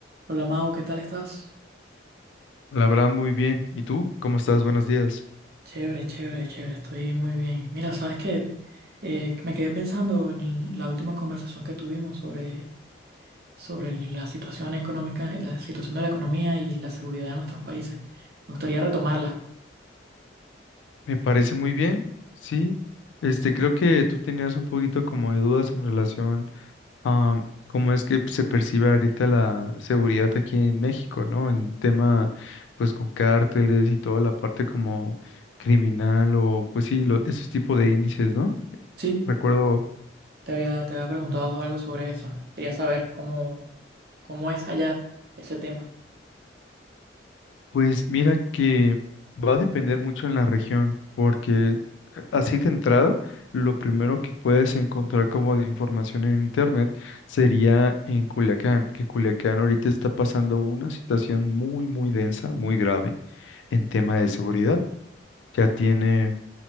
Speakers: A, on the right; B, on the left.
A: Hola Mau, ¿qué tal estás?
B: La verdad, muy bien. ¿Y tú? ¿Cómo estás? Buenos días.
A: Chévere, chévere, chévere, estoy muy bien. Mira, ¿sabes qué? Eh, me quedé pensando en la última conversación que tuvimos sobre, sobre la situación económica, la situación de la economía y la seguridad de nuestros países. Me gustaría retomarla.
B: Me parece muy bien. Sí. Este, creo que tú tenías un poquito como de dudas en relación a cómo es que se percibe ahorita la seguridad aquí en México, ¿no? En tema, pues, con cárteles y toda la parte como criminal o, pues sí, lo- esos tipos de índices, ¿no?
A: Sí,
B: Recuerdo
A: te había, te había preguntado algo sobre eso. Quería saber cómo, cómo es allá ese tema.
B: Pues mira que va a depender mucho en la región, porque eh, así de entrada, lo primero que puedes encontrar como de información en internet sería en Culiacán, que Culiacán ahorita está pasando una situación muy, muy densa, muy grave en tema de seguridad. Ya tiene,